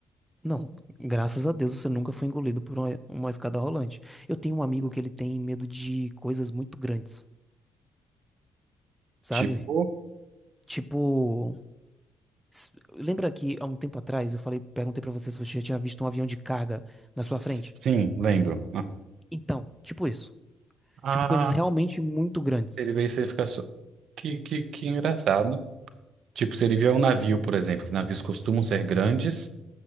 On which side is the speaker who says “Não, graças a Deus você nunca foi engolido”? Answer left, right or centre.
Centre